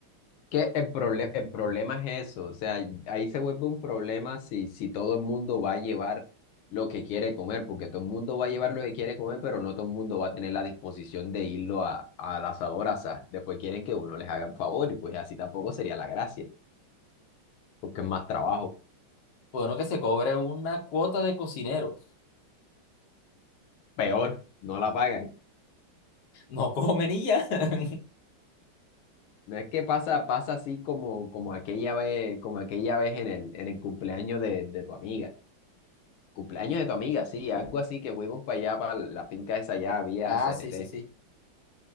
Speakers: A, on the left; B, on the left.
A: Que el problema, el problema es eso, o sea, ahí se vuelve un problema si, si todo el mundo va a llevar lo que quiere comer, porque todo el mundo va a llevar lo que quiere comer, pero no todo el mundo va a tener la disposición de irlo a, al asador a asar. Después quieren que uno les haga el favor y pues así tampoco sería la gracia, porque es más trabajo.
B: Bueno, que se cobre una cuota de cocinero.
A: Peor, no la pagan.
B: No <laughs> comen y ya. <laughs>
A: No es que pasa, pasa así como, como aquella vez, como aquella vez en el, en el cumpleaños de, de tu amiga. Cumpleaños de tu amiga, sí, algo así que fuimos para allá, para la finca esa allá, había
B: Ah,
A: C
B: sí,
A: N T
B: sí, sí.